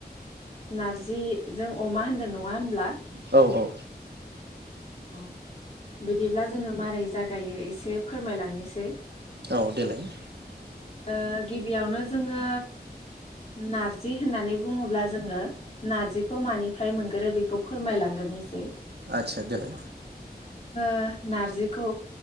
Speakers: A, on the left; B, on the right.
A: नारजि जों अमा होनदों नङा होनब्ला,
B: औ औ
A: अ बिदिब्ला जोङो मारै जागायो एसे फोरमायलांनिसै।
B: औ देलाय
A: ओ गिबियावनो जोङो नारजि होननानै बुङोब्ला जोङो नारजिखौ मानिफ्राय मोनगोरो बेखौ फोरमायलांगोरनिसै,
B: आदसा देलाय,
A: ओ नारजिखौ